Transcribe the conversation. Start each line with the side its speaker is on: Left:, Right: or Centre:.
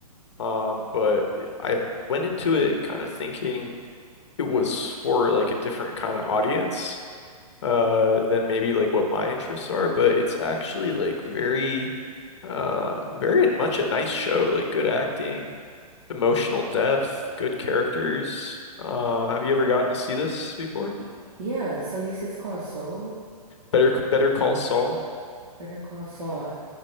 Left: Um, but I went into it kind of thinking it was for like a different kind of audience, uh than maybe like what my interests are, but it's actually like very uh very much a nice show, like good acting, emotional depth, good characters. Uh have you ever gotten to see this before?
Right: Y- Yeah, so you said it's called Soul,
Left: Better Better Call Saul.
Right: Better Call Saul.